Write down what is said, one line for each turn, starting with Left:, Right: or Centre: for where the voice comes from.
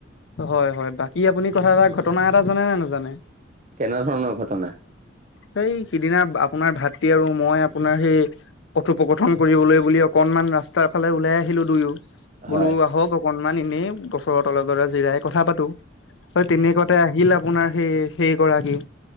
Left: হয় হয় বাকী আপুনি কথা এটা ঘটনা এটা জানে নে নাজানে
Right: কেনেধৰণৰ ঘটনা
Left: সেই সিদিনা আপোনাৰ ভাইটী আৰু মই আপোনাৰ সেই কথোপকথন কৰিবলৈ বুলি অকনমান ৰাস্তাৰ ফালে ওলাই আহিলো দুয়ো
Right: হয়
Left: বোলো আহক অকনমান এনেই বছৰ তলৰ দলে জিৰাই কথা পাতো হয়। তেনেকুৱাতে আহিল আপোনাৰ সেই সেই গৰাকী